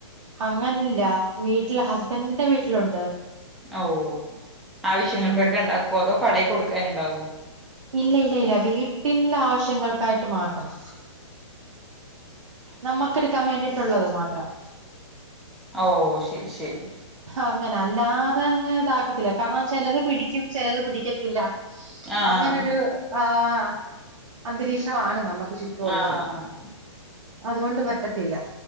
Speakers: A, on the right (about 85°); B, in the centre.
A: അങ്ങനല്ല വീട്ടില് ഹസ്ബന്റിന്റെ വീട്ടിലുണ്ട്
B: ഔ ആവശ്യങ്ങൾക്കൊക്കെ
A: ഉം
B: ഇണ്ടാക്കോ അതോ കടയി കൊടുക്കാനുണ്ടാവോ
A: ഇല്ല ഇല്ല ഇല്ല വീട്ടിന്റെ ആവശ്യങ്ങൾക്കായിട്ട് മാത്രം നമ്മക്കടുക്കാൻ വേണ്ടിയിട്ടുള്ളത് മാത്രം
B: ഔ ശരി ശരി
A: അങ്ങന അല്ലാതെ അങ്ങ് ഇതാക്കത്തില്ല കാരണം ചലത് പിടിക്കും ചലത് പിടിക്കത്തില്ല
B: ആഹ്
A: അങ്ങനോരു ആഹ് അന്തരീക്ഷമാണ് നമുക്ക് ചുറ്റുമുള്ളത്
B: ആഹ് ആഹ്
A: അതുകൊണ്ട് പറ്റത്തില്ല